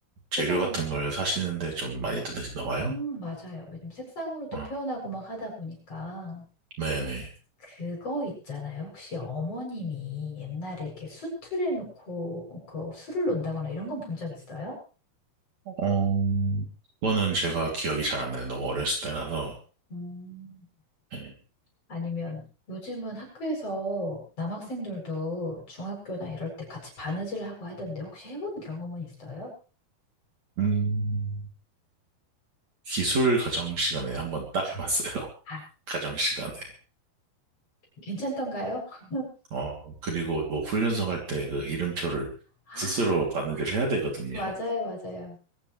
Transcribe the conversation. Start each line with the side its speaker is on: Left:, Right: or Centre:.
Right: 재료
Left: 세상에,
Right: 같은 걸 사시는데 좀 많이 드시나 봐요?
Left: 음, 맞아요. 요즘 색상으로 또
Right: 어,
Left: 표현하고 막 하다 보니까
Right: 네네.
Left: 그거 있잖아요. 혹시 어머님이 옛날에 이렇게 수틀에 놓고 그 술을 논다거나 이런 건 본 적 있어요?
Right: 어, 그거는 제가 기억이 잘 안 나요. 너무 어렸을 때라서.
Left: 음,
Right: 네.
Left: 아니면 요즘은 학교에서 남학생들도 중학교나 이럴 때 같이 바느질 하고 하던데 혹시 해본 경험은 있어요?
Right: 음. 기술 가정 시간에 한번 딱 해봤어요. <laughs>
Left: 아,
Right: 가정 시간에.
Left: 괜찮던가요? <laughs>
Right: 어, 그리고 뭐 훈련소 갈 때 그 이름표를
Left: 아,
Right: 스스로 바느질 해야 되거든요.
Left: 맞아요, 맞아요.